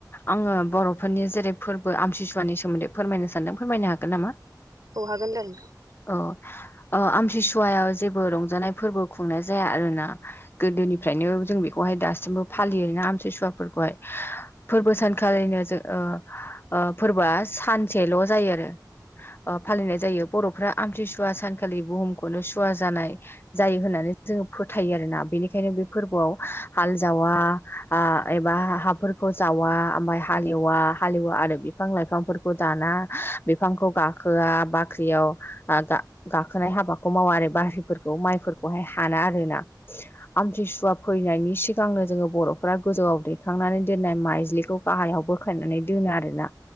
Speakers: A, on the left; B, on the right.
A: आङो बर'फोरनि जेरै फोरबो आमथिसुवानि सोमोन्दै फोरमायनो सानदों फोरमायनो हागोन नामा
B: औ हागोन दे नोंथां
A: औ आमतसुवायाव जेबो रंजानाय फोरबो खुंनाय जाया आरोना गोदोनिफ्रायनो जों बेखौहाय दासिमबो फालियोना आमथि सुवाफोरखौहाय फोरबो सानखालिनो जों ओ ओ फोरबोआ सानसेल' जायो आरो ओ फालिनाय जायो बर'फ्रा आमथिसुवा सानखालि बुहुमखौनो सुवा जानाय जायो होननानै जोङो फोथायो आरोना बेनिखायनो बे फोरबोआव हाल जावा हा एबा हाफोरखौ जावा ओमफ्राय हालेवा हालेवा आरो बिफां लाइफांफोर खौ दाना बिफांखौ गाखोआ बाख्रियाव ओ गाखोनाय हाबाखौ मावा आरो बाहारिफोरखौ माइफोरखौहाय हाना आरोना आमथिसुवा फैनायनि सिगांनो जोङो बर' फ्रा गोजौआव दैखांनानै दोननाय माइज्लिखौ गाहायाव बोखायनानै दोनो आरोना